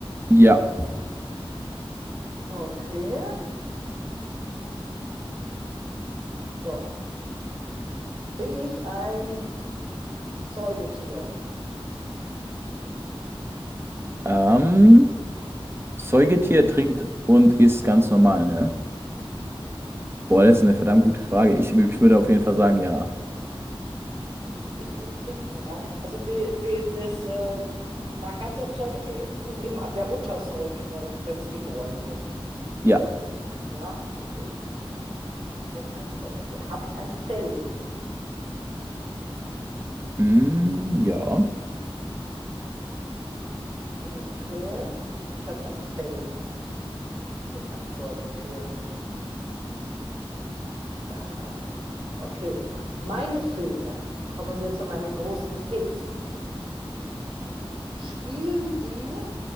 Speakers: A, on the right; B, on the right.
A: Ja.
B: Okay. So. Bin ich ein Säugetier?
A: Ähm, Säugetier trinkt und isst ganz normal, ne? Boah, das ist eine verdammt gute Frage. Ich, ich würde auf jeden Fall sagen, ja.
B: Es isst und trinkt normal. Also die, die, das äh, Markante am Säugetier ist, dass es eben an der Mutter säugt, wenn es geboren wird.
A: Ja.
B: Ja, okay. Ich bin ein Säugetier. Habe ich ein Fell?
A: Hm, ja.
B: Okay. Ich habe ein Fell. Bin ein Säugetier. Äh, okay. Meine Filme, kommen wir zu meinen großen Hits. Spielen die